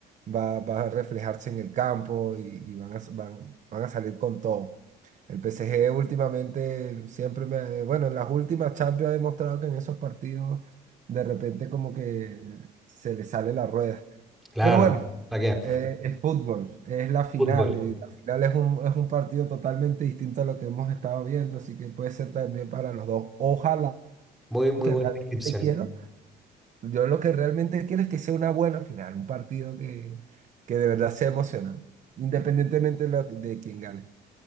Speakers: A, on the right; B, in the centre.
A: va, va a reflejarse en el campo y, y van a, s- van, van a salir con todo. El PSG últimamente siempre me... ha- eh, Bueno, en las últimas Champions ha demostrado que en esos partidos de repente como que se le sale la rueda.
B: Claro,
A: Pero bueno,
B: la que
A: eh, es fútbol, es la final.
B: Fútbol.
A: eh, la final es un, es un partido totalmente distinto a lo que hemos estado viendo, así que puede ser también para los dos. Ojalá
B: Muy, muy
A: que
B: buena
A: realmente
B: descripción.
A: quiero. Yo lo que realmente quiero es que sea una buena final, un partido que, que de verdad sea emocionante, independientemente de, lo- de quién gane. <laughs>